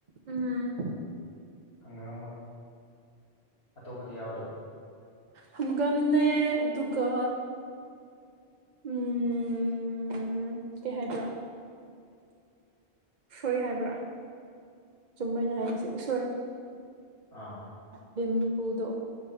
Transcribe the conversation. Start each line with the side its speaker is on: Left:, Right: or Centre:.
Right: ꯎꯝ
Left: ꯍꯪꯒꯝꯕ ꯑꯇꯣꯞꯄꯗꯤ ꯌꯥꯎꯗ꯭ꯔꯣ
Right: ꯍꯒꯥꯝꯅꯦ ꯑꯗꯨꯒ ꯎꯝ ꯀꯩ ꯍꯥꯏꯕ꯭ꯔꯥ ꯁꯣꯏ ꯍꯥꯏꯕ꯭ꯔꯥ ꯆꯨꯝꯃꯦꯅ ꯍꯥꯏꯔꯤꯁꯦ ꯎꯁꯣꯏ
Left: ꯑꯥ
Right: ꯕꯤꯝꯕꯨꯗꯣ